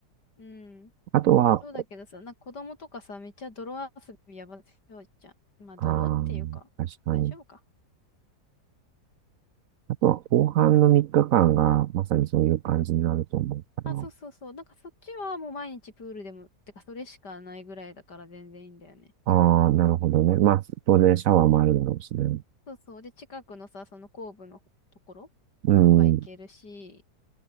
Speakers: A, on the left; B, on the right.
A: うん。
B: あとは、
A: まあ、そうだけどさ、なんか子供とかさ、めっちゃ泥遊びやばそうじゃん。まあ、泥っていうか、
B: ああ、確かに。
A: まあ、大丈夫か。
B: あとは後半の3日間がまさにそういう感じになると思うか
A: あ、そうそうそう。なんかそっちはもう毎日プールでも、てかそれしかないぐらいだから全然いいんだよね。
B: ら。ああ、なるほどね。まあ、当然シャワーもあるだろうしね。
A: そうそう。で、近くのさ、その後部のところとか行けるし、
B: うん、うん、